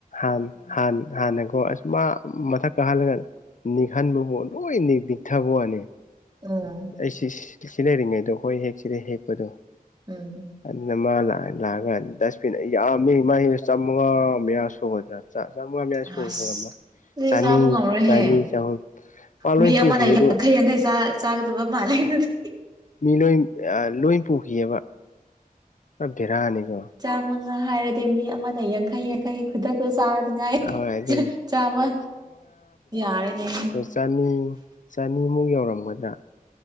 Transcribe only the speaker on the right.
ꯎꯝ
ꯎꯝ
ꯑꯁ
ꯑꯗꯨꯗꯤ
ꯆꯥꯕ ꯉꯝꯔꯣꯏꯍꯦ
ꯃꯤ
ꯑꯃꯅ ꯌꯥꯡꯈꯩ ꯌꯥꯡꯈꯩ ꯆꯥ ꯆꯥꯒꯗꯕ ꯃꯥꯜꯂꯦ ꯗꯨꯗꯤ
ꯆꯥꯝꯃꯉꯥ ꯍꯥꯏꯔꯗꯤ ꯃꯤ ꯑꯃꯅ ꯌꯥꯡꯈꯩ ꯌꯥꯡꯈꯩ ꯈꯨꯗꯛꯇ ꯆꯥꯔꯗꯤ ꯉꯥꯏ
ꯆ ꯆꯥꯃ ꯌꯥꯔꯦꯅꯦ